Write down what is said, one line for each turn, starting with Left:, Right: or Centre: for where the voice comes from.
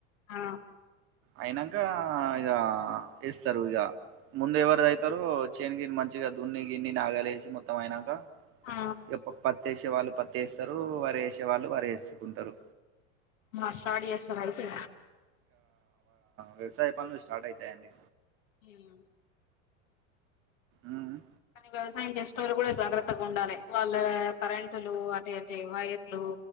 Left: ఆ.
Right: అయినక్క ఇగ ఏస్తారు ఇగ. ముందు ఎవరిదైతో చేన్ గిన్ మంచిగా దున్ని గిన్ని నాగా లేషి మొత్తం అయినక్క.
Left: ఆ
Right: ఇగ ప పత్తి ఎసే వాళ్ళు పత్తి ఎస్తారు వరీ ఎసే వాళ్ళు వరీ ఎసుకుంటారు.
Left: మా స్టార్ట్ జేస్తార అయితే.
Right: వ్యవససాయ పనులు స్టాట్ అయితయండి.
Left: ఉమ్.
Right: అ ఆ.
Left: కానీ వ్యవసాయం జెస్టోళ్లు వాళ్ళు గూడా జాగ్రత్తగా ఉండాలే వాళ్లు ఏ కరెంటులు అటు ఏటే వైర్లు.